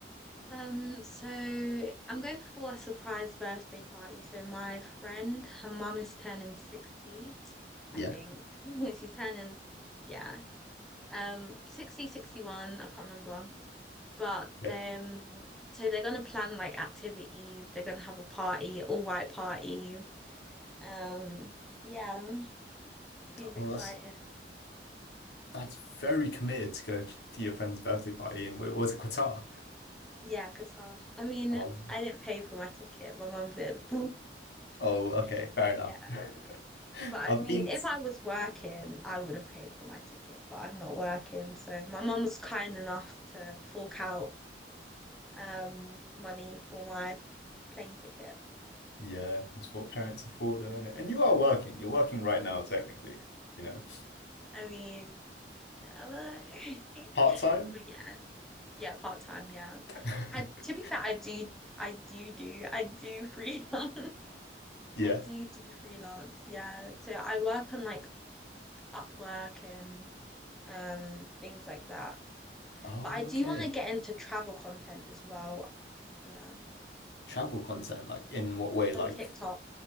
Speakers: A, in the centre; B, on the left (about 65°).
A: Um, so I'm going for a surprise birthday party. So my friend, her mum is turning 60,
B: Yeah.
A: I think. <laughs> She's turning, yeah. um 60, 61. I can't remember but
B: Yeah.
A: then so they're gonna plan like activities they're gonna have a party all white party um yeah seems exciting
B: Oh, that's that's very committed to go to your friend's birthday party in, where was it, Qatar?
A: yeah Qatar I mean
B: Oh,
A: I didn't pay for my ticket my mum did
B: oh, okay,
A: <laughs>
B: fair enough.
A: yeah
B: <laughs>
A: but I
B: I've
A: mean
B: been.
A: if I was working I would have paid for my ticket but I'm not working so my mum was kind enough to fork out um money for my plane ticket
B: Yeah, that's what parents are for, though, isn't it? And you are working. You're working right now, technically, you know,
A: I mean Am I? <laughs>
B: part time.
A: But yeah, yeah, part time. Yeah,
B: <laughs>
A: I to be fair, I do, I do do, I do freelance. <laughs>
B: Yeah.
A: I do do freelance. Yeah, so I work on like Upwork and um things like that.
B: Oh,
A: But I do
B: okay.
A: want to get into travel content as well. Yeah,
B: Travel content, like in what way? Like,
A: on TikTok.